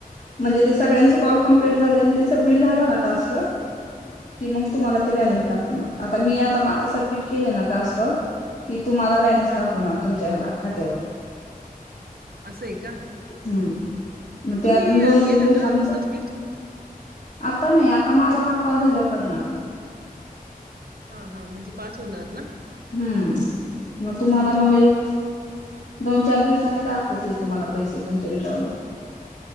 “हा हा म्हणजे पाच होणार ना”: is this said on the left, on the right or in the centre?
Right